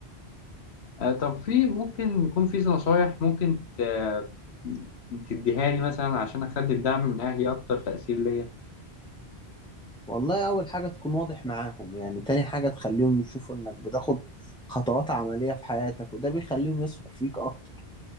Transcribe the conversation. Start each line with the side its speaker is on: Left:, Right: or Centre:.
Left: آه طب في ممكن يكون في نصايح ممكن ت- تديها لي مثلا عشان اخلي الدعم من اهلي اكتر تاثير ليا
Centre: والله أول حاجة تكون واضح معاهم يعني تاني حاجة تخليهم يشوفوا إنك بتاخد خطوات عملية في حياتك وده بيخليهم يثقوا فيك أكتر